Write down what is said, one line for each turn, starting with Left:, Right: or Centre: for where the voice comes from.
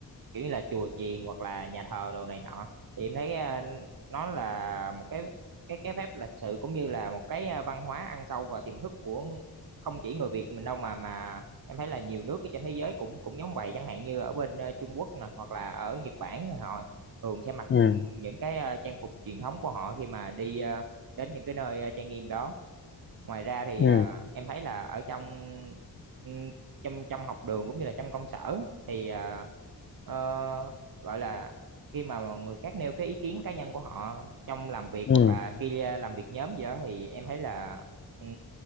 Right: kiểu như là chùa chiền hoặc là nhà thờ đồ này nọ thì em thấy ờ, nó là một cái cái cái phép lịch sự cũng như là một cái ờ, văn hóa ăn sâu vào tiềm thức của không chỉ người Việt mình đâu mà mà em thấy là nhiều nước ở trên thế giới cũng cũng giống vậy chẳng hạn như ở bên ờ, Trung Quốc nè hoặc là ở Nhật Bản thì họ thường sẽ mặc
Left: ừ
Right: những cái ờ, trang phục truyền thống của họ khi mà đi ờ, đến những cái nơi ờ, trang nghiêm đó ngoài ra thì
Left: ừ
Right: à, em thấy là ở trong ừm, trong trong học đường cũng như là trong công sở thì à, ờ, gọi là khi mà người khác nêu cái ý kiến cá nhân của họ trong làm việc
Left: ừ
Right: hoặc là khi à, làm việc nhóm gì đó thì em thấy là ừm,